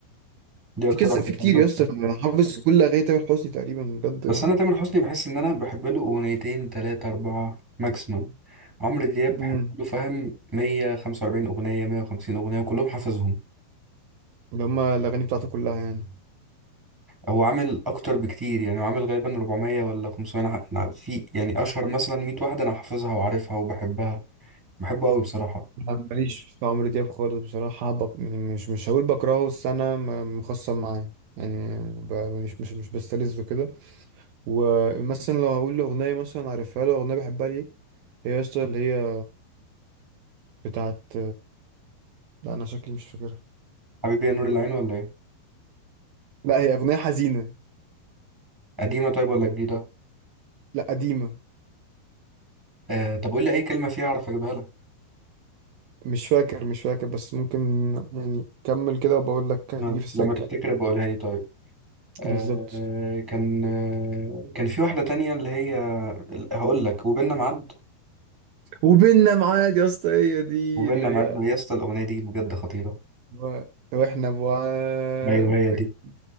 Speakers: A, in the centre; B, on the right.
A: دي
B: في
A: أكتر
B: كذا
A: واحدة
B: في
A: بحبها
B: كتير يا اسطى انا حافظ كل اغاني تامر حسني تقريبا بجد
A: بس انا تامر حسني بحس ان انا بحب له اغنيتين تلاتة اربعة ماكسيموم عمرو دياب بحب
B: مم.
A: له فاهم 145 اغنية 150 اغنية وكلهم حافظهم
B: اللي هما الاغاني بتاعته كلها يعني
A: هو عامل اكتر بكتير يعني هو عامل غالبا 400 ولا 500 أنا ح- أنا في يعني اشهر مثلا 100 واحدة انا حافظها وعارفها وبحبها بحبه قوي بصراحة
B: أنا ماليش في عمرو دياب خالص بصراحة بق... يعني مش مش هقول بكرهه بس أنا م- مخصم معاه يعني ب... مش مش مش بستلذه كده ومثلا لو هقول له اغنيه مثلا عارفها له اغنيه بحبها ليه هي يا اسطى اللي هي بتاعت لا انا شكلي مش فاكرها
A: حبيبي يا نور العين ولا ايه
B: لا هي اغنيه حزينه
A: قديمة طيب ولا جديدة
B: لا قديمه
A: آه طب قول لي اي كلمة فيها اعرف اجيبها لك
B: مش فاكر مش فاكر بس ممكن يعني كمل كده وبقول لك هتيجي
A: آه،
B: في السكه
A: لما تفتكر بقولها لي طيب آه
B: بالظبط
A: آه، كان آه كان في واحدة تانية اللي هي هقول لك وبيننا ميعاد
B: وبيننا معاد يا اسطى هي دي
A: وبيننا
B: اللي هي
A: ميعاد ما- يا اسطى الاغنيه دي بجد خطيره
B: و- واحنا بعاد
A: ايوه هي دي
B: أك-